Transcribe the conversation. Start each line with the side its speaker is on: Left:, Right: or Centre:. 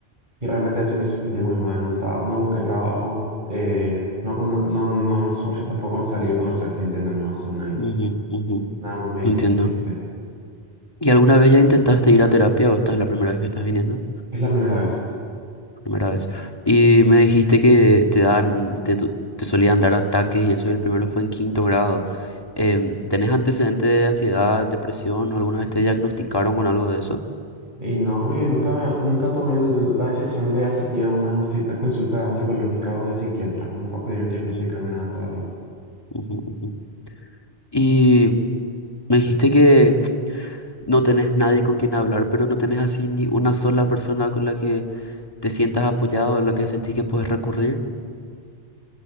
Right: Y realmente eso me hizo sentir muy mal. No estaba, no busqué trabajo. eh, no, con- no, no, no me esforcé tampoco en salir a conocer gente en la nueva zona y
Left: ujú, ujú.
Right: nada más me aislé.
Left: Entiendo.
Right: Me aislé.
Left: ¿Y alguna vez ya intentaste ir a terapia o esta es la primera vez que estás viniendo?
Right: Es la primera vez.
Left: Primera vez. Y me dijiste que te dan, te, tu- te solían dar ataques y eso, y el primero fue en quinto grado. Em, ¿tenés antecedentes de ansiedad, depresión o alguna vez te diagnosticaron con algo de eso?
Right: Y no, porque nunca, nunca tomé el- la decisión de asistir a una cita consulta psicológica o de psiquiatra. Nunca pudieron diagnosticarme
Left: Mm,
Right: nada todavía.
Left: ujú, ujú. Y me dijiste que no tenés nadie con quien hablar, pero no tenés así ni una sola persona con la que te sientas apoyado, a la que sentís que puedes recurrir.